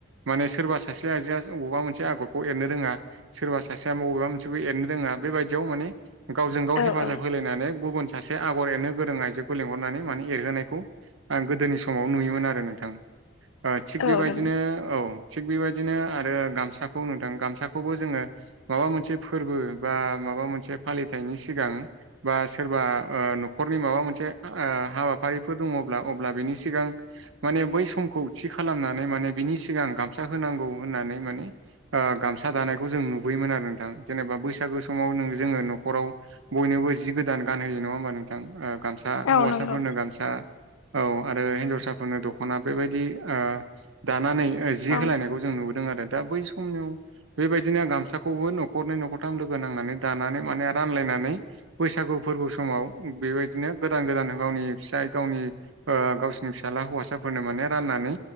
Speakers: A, on the right (about 65°); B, on the left (about 80°).
A: माने सोरबा सासे आइजोआ अबेवबा मोनसे आगरखौ एरनो रोङा सोरबा सा- सासेया बबेबा मोनसे एरनो रोङा बेबायदियाव माने गावजों-गाव
B: औ
A: हेफाजाब होलायनानै गुबु- न सासे आगर एरनो गोरों आइजोखौ लेंहरनानै माने एरहोनायखौ आं गोदोनि समाव नुयोमोन आरो नोंथां। थिग
B: औ
A: बेबायदिनो
B: नंगौ
A: औ थिग बेबायदिनो आरो गामसाखौ नोंथां गामसाखौबो जोङो माबा मोनसे फोरबो बा माबा मोनसे फालिथायनि सिगां बा सोरबा ओ न'खरनि माबा मोनसे ओ हाबाफारि- बैफोर दङब्ला अब्ला बिनि सिगां माने बै समखौ थि खालामनानै माने बिनि सिगां गामसा होनांगौ होननानै माने ओ गामसा दानायखौ जों नुबोयो। नुयोमोन आरो नोंथां। जेनेबा बैसागु समाव नों जोङो न'खराव बयनोबो जि गोदान गान होयो नङा हबा नोंथां। ओ गामसा
B: औ
A: हौवासाफोरनो
B: नंगौ
A: गामसा औ आरो हिनजावसाफोरनो दख'ना बेबायदि ओ दानानै जि
B: औ
A: होलायनायखौ जों नुबोदों आरो। दा बै समनियाव बेबायदिनो गामसाखौबो न'खरनै न'खरथाम लोगो नांनानै दानानै माने रानलाय- नानै बैसागु फोरबो समाव बेबायदिनो गोदान गोदान गावनि फिसाय गावनि ओ गावसोरनि फिसाला हौवासाफोरनो माने राननानै